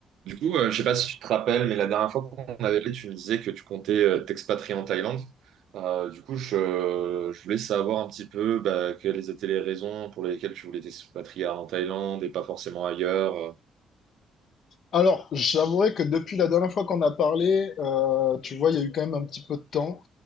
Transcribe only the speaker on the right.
Du coup, euh, je sais pas si tu te rappelles, mais la dernière fois qu'on avait parlé, tu me disais que tu comptais euh, t'expatrier en Thaïlande. Euh, du coup, je, je voulais savoir un petit peu bah, quelles étaient les raisons pour lesquelles tu voulais t'expatrier en Thaïlande et pas forcément ailleurs. euh.